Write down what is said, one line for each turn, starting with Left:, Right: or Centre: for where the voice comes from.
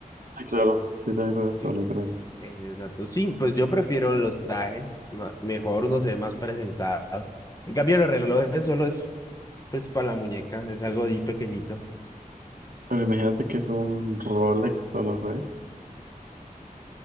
Right: Sí, claro, sí, también, también, para
Left: ¿sí?
Right: mí también.
Left: Eh, Exacto, sí, pues yo prefiero los trajes, ma- mejor uno se ve más presentado. En cambio los relojes solo es, pues para la muñeca, es algo ahí pequeñito.
Right: Pero imagínate que es un Rolex o no sé.